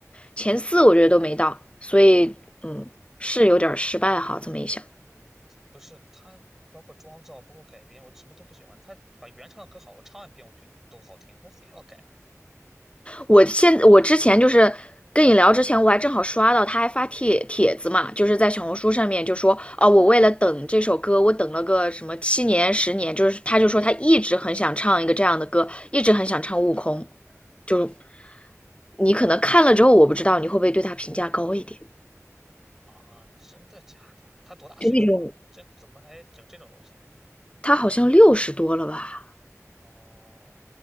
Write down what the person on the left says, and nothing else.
前四，我觉得都没到，所以嗯是有点失败哈，这么一想。
我现我之前就是跟你聊之前，我还正好刷到他还发帖帖子嘛，就是在小红书上面就说哦，我为了等这首歌，我等了个什么七年十年，就是他就说他一直很想唱一个这样的歌，一直很想唱《悟空》，就你可能看了之后，我不知道你会不会对他评价高一点，
就那种
他好像六十多了吧？